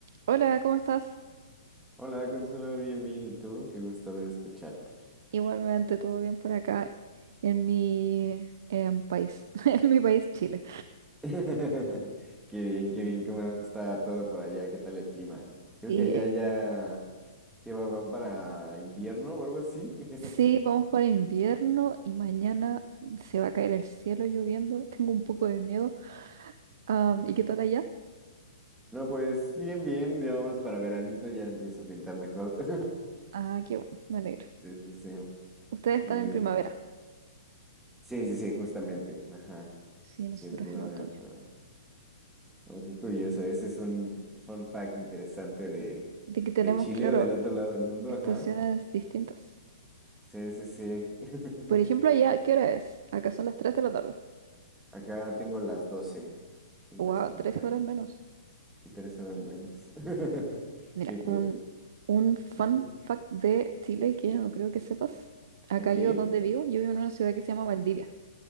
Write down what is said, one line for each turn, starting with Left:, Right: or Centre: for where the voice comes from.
Right: Hola, ¿cómo estás?
Centre: Hola, Consuelo, bien, bien, ¿y tú? Qué gusto volver a escucharte.
Right: Igualmente, todo bien por acá en mi em, país, <laughs> en mi país, Chile.
Centre: <laughs> Qué bien, qué bien, ¿cómo está todo por allá? ¿Qué tal el clima? Creo
Right: Y
Centre: que allá
Right: eh,
Centre: ya, que va- van para invierno o algo así. <laughs>
Right: sí, vamos para invierno y mañana se va a caer el cielo lloviendo. <laughs> Tengo un poco de miedo. Am,
Centre: Ujú.
Right: ¿y qué tal allá?
Centre: No, pues bien, bien, ya vamos para veranito, ya empiezo a pintar mejor. <laughs>
Right: Ah, qué bueno, me alegro.
Centre: Sí, sí, sí,
Right: Ustedes están
Centre: sí, muy-
Right: en primavera.
Centre: sí, sí, sí, justamente, ajá,
Right: Sí, nosotros
Centre: sí, en primavera.
Right: en otoño.
Centre: pero- Oh, qué curioso, ese es un fun fact interesante de,
Right: De que tenemos,
Centre: de Chile
Right: claro,
Centre: o del otro lado del mundo,
Right: estaciones
Centre: ajá.
Right: distintas.
Centre: Sí, sí, sí. <laughs>
Right: Por ejemplo, allá, ¿qué hora es? Acá son las 3 de la tarde.
Centre: Acá tengo las 12 en
Right: Wow,
Centre: Pacific
Right: 3
Centre: Time.
Right: horas menos.
Centre: Sí, tres horas menos. <laughs>
Right: Mira,
Centre: Qué cool.
Right: un, un fun
Centre: Ujú.
Right: fact de Chile que no creo que sepas. Acá
Centre: Ok,
Right: yo donde vivo, yo vivo en una ciudad que se llama Valdivia,